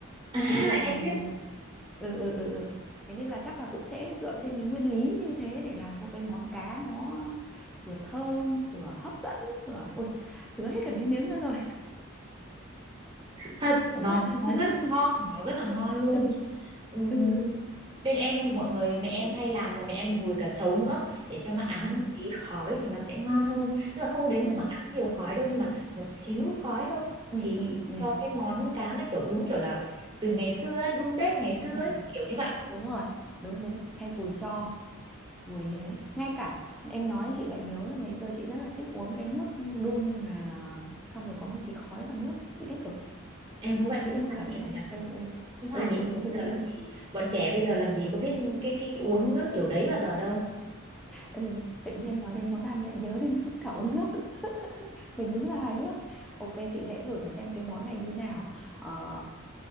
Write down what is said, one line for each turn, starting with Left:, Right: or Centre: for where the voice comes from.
Right: à
Centre: thì bây giờ là mình
Right: em biết
Centre: ừ ừ ừ ừ thế nên là chắc là cũng sẽ dựa trên cái nguyên lý như thế để làm cho cái món cá nó vừa thơm vừa hấp dẫn vừa ôi tứa hết cả nước miếng ra rồi
Right: thật nó
Centre: sợ quá
Right: nó
Centre: <laughs>
Right: rất là ngon nó rất là ngon luôn
Centre: ừ
Right: Ừ,
Centre: ừ
Right: Bên em thì mọi người mẹ em hay làm là mẹ em vùi cả trấu nữa để cho nó ám
Centre: ừ
Right: một tí khói thì nó sẽ ngon hơn. Tức là không đến
Centre: ừ
Right: mức mà ám nhiều khói đâu nhưng mà một xíu khói thôi
Centre: ừ
Right: thì
Centre: ừ ừ
Right: cho cái món cá này kiểu đúng kiểu là từ ngày xưa ấy, đun bếp ngày xưa
Centre: ừ
Right: ấy, kiểu như vậy.
Centre: đúng rồi đúng đúng hay vùi cho vùi ấy ngay cả em nói chị lại nhớ ngày xưa chị rất là thích uống cái nước đun mà xong rồi có một tí khói vào nước chị thích cực
Right: Em cũng vậy,
Centre: nghĩ
Right: nó
Centre: thôi
Right: hoài
Centre: là cũng
Right: niệm
Centre: thế
Right: nhỉ.
Centre: ừ ừ
Right: Nó
Centre: ừ
Right: hoài niệm
Centre: ừ ừ
Right: bây
Centre: ừ.
Right: giờ làm
Centre: ừ.
Right: gì? Bọn trẻ bây giờ làm gì có biết cái cái cái uống nước kiểu đấy bao giờ đâu.
Centre: Ừ, tự nhiên nói đến món ăn lại nhớ đến cả uống nước mình đúng là hài hước ok chị sẽ thử xem cái món này như nào ờ,